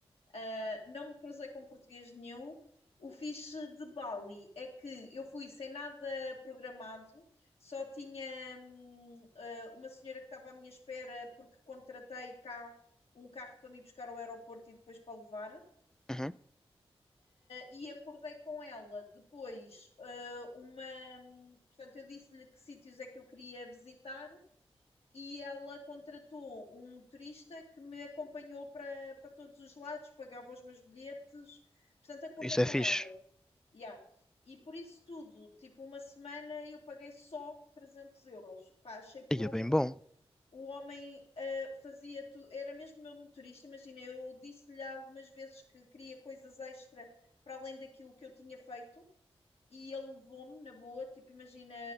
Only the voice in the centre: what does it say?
Uhum.
Isso
é fixe.
E é bem bom.